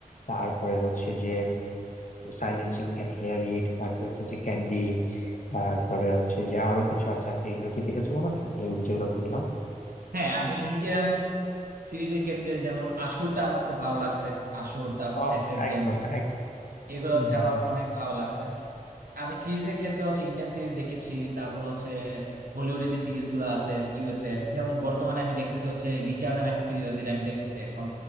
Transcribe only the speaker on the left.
তারপরে হচ্ছে যে silence you can hear it তারপরে হচ্ছে যে ক্যান্ডি তারপরে হচ্ছে যে আরো কিছু আছে আর কি এগুলো কি দেখেছো কোনোটা এগুলো যেগুলো বললাম
অফ
একদম
এক
হুম
হুম
হুম।